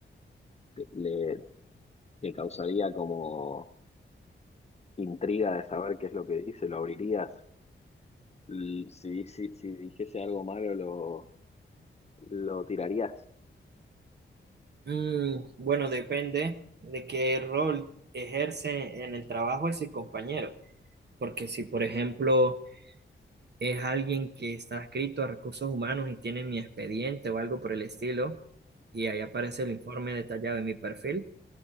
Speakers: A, on the left; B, on the right.
A: Le, le causaría como intriga de saber qué es lo que dice, ¿lo abrirías? L- Si, si, si dijese algo malo, lo, lo tirarías.
B: Mm, bueno, depende de qué rol ejerce en el trabajo ese compañero. Porque si, por ejemplo, es alguien que está adscrito a recursos humanos y tiene mi expediente o algo por el estilo, y ahí aparece el informe detallado de mi perfil,